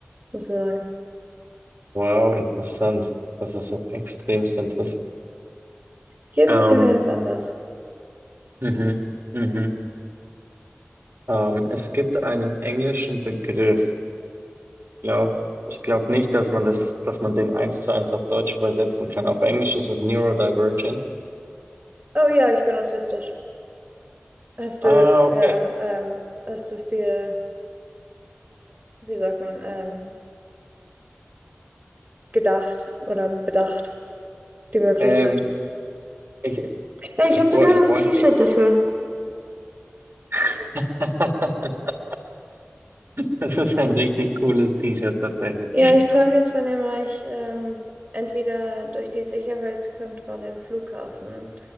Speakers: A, on the right; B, on the right.
A: sozusagen.
B: wow, interessant. Das ist extremst interessant.
A: Jedes
B: Ähm,
A: Gehirn ist anders.
B: mhm, mhm. Ähm, es gibt einen englischen Begriff. Glaub, ich glaube nicht, dass man das, dass man den eins zu eins auf Deutsch übersetzen kann. Auf Englisch ist es neurodivergent.
A: Oh ja, ich bin autistisch. Hast
B: Ah,
A: du,
B: okay.
A: ja, ähm, hast du es dir, wie sagt man, ähm, gedacht oder bedacht, die Möglichkeit?
B: Ähm, ich,
A: Ja, ich
B: ich,
A: habe sogar
B: wo- ich
A: das
B: wollte.
A: T-Shirt dafür.
B: <laughs> Das ist ein richtig cooles T-Shirt tatsächlich.
A: Ja, ich trage es, wenn immer ich ähm, entweder durch die Sicherheitskontrolle im Flughafen